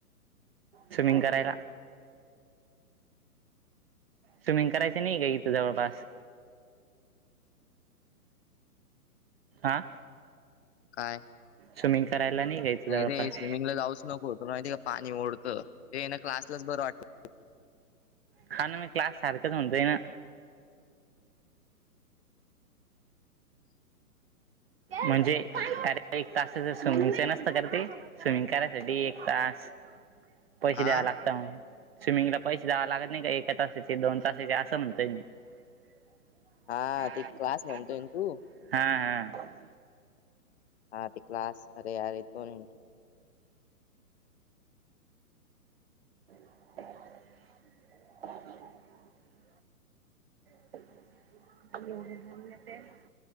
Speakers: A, on the right; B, on the left.
A: स्विमिंग करायला. स्विमिंग करायचं नाही का इथं जवळपास? आं..
B: काय?
A: स्विमिंग करायला नाही का इथं?
B: नाही
A: जवळपास
B: रे स्विमिंग ला जाऊच नको तुला माहिती का? पाणी ओढतं ते ना क्लासलाच बरं वाटतं.
A: हा ना म क्लास सारखंच म्हणतोय ना? म्हणजे, अरे एक तासाच स्विमिंग चं नसतं का रे ते? स्विमिंग करायसाठी एक तास पैसे
B: हा
A: द्यावं लागता मग स्विमिंगला पैसे द्यावा लागत नाही का? एका तासाचे, दोन तासाचे असं म्हणतोय मी. हां
B: हा ते क्लास म्हणतोय
A: हां.
B: ना तू हां ते क्लास अरे यार दोन
A: <inaudible> <inaudible> <inaudible>